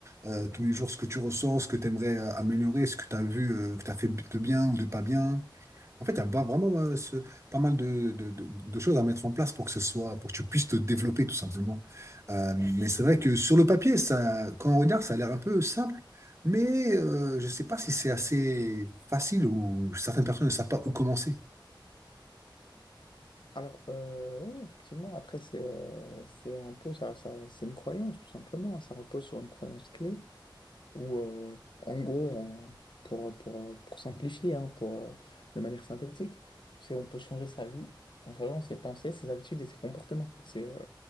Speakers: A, on the right; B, on the left.
A: euh, tous les jours ce que tu ressens, ce que tu aimerais améliorer, ce que tu as vu, euh, que tu as fait de bien ou de pas bien. En fait, il y a va- vraiment euh, ce- pas mal de, de- de- de choses à mettre en place pour que ce soit, pour que tu puisses te développer tout simplement. Euh, mais c'est vrai que sur le papier, ça, quand on regarde, ça a l'air un peu simple, mais euh, je ne sais pas si c'est assez facile ou certaines personnes ne savent pas où commencer.
B: alors, euh, ouais, effectivement, après, c'est euh, c'est un peu ça, ça- c'est une croyance, tout simplement. hein. Ça repose sur une croyance clé où, euh, en gros, on- pour, pour, pour simplifier, hein, pour, euh, de manière synthétique, c'est on peut changer sa vie en changeant ses pensées, ses habitudes et ses comportements. C'est euh,